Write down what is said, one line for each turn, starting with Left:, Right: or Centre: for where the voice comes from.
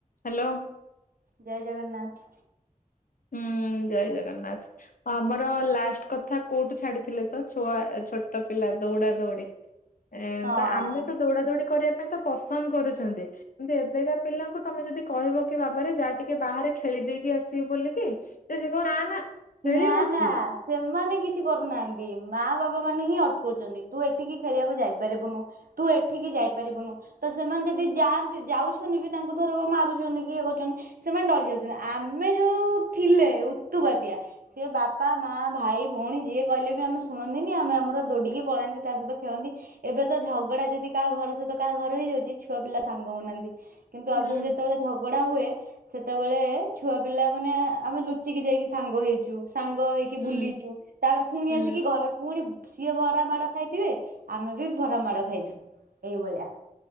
Left: Hello.
Right: ଜୟ ଜଗନ୍ନାଥ୍।
Left: ହୁଁ ଜୟ ଜଗନ୍ନାଥ୍। ଆମର ଲାଷ୍ଟ କଥା କୋଉଠୁ ଛାଡିଥିଲେ ତ ଛୁଆ ଛୋଟ ପିଲା ଦୌଡା ଦୌଡି। ଏ
Right: ହଁ
Left: ତ ଆମେ ତ ଦୌଡା ଦୌଡି କରିବା ପାଇଁ ତ ପସନ୍ଦ କରୁଛନ୍ତି। କିନ୍ତୁ ଏବେକା ପିଲାଙ୍କୁ ତମେ ଯଦି କହିବ କି ବାବାରେ ଯା ଟିକେ ବାହାରେ ଖେଳିଦେଇକି ଆସିବୁ ବୋଲି କି ସେ କହିବ ନା ନା। ଖେଳିବ
Right: ନା ନା।
Left: କିଏ?
Right: ସେମାନେ କିଛି କରୁନାହାନ୍ତି ମା ବାପା ମାନେ ହିଁ ଅଟକଉଛନ୍ତି ତୁ ଏଠିକି ଖେଳିବାକୁ ଯାଇପାରିବୁନୁ। ତୁ ଏଠିକି ଯାଇପାରିବୁନୁ। ତ ସେମାନେ ଯଦି ଯାଆନ୍ତି ଯାଉଛନ୍ତି ବି ତାଙ୍କୁ ଥରକ ମାରୁଛନ୍ତି କି ଇଏ କରୁଛନ୍ତି। ସେମାନେ ଡରିଯାଉଛନ୍ତି ଆମେ ଯୋଉ ଥିଲେ ଉତୁପାତିଆ। ସିଏ ବାପା ମାଆ ଭାଇ ଭଉଣୀ ଯିଏ କହିଲେ ବି ଆମେ ଶୁଣନ୍ତିନି ଆମେ ଆମର ଦୌଡ଼ିକି ପଳାନ୍ତି ତା ସହିତ ଖେଳନ୍ତି। ଏବେ ତ ଝଗଡା ଯଦି କାହା ଘର ସହିତ କାହା ଘର ହେଇଯାଉଛି ଛୁଆ ପିଲା ସାଙ୍ଗ ହଉନାହାନ୍ତି। କିନ୍ତୁ
Left: ହୁଁ
Right: ଆଗରୁ ଯେତେବେଳେ ଝ ଝଗଡା ହୁଏ ସେତେବେଳେ ଛୁଆ ପିଲା ମାନେ ଆମେ ଲୁଚିକି ଯାଇକି ସାଙ୍ଗ ହେଇ ଚୁ ସାଙ୍ଗ ହେଇକି
Left: ହୁଁ
Right: ବୁଲିଚୁ ତାପରେ ପୁଣି
Left: ହୁଁ
Right: ଆସିକି ଘରେ ପୁଣି ସିଏ ଭରା ମାଡ ଖାଇଥିବେ ଆମେ ବି ଭରା ମାଡ ଖାଇଥିବୁ ଏଇଭଳିଆ।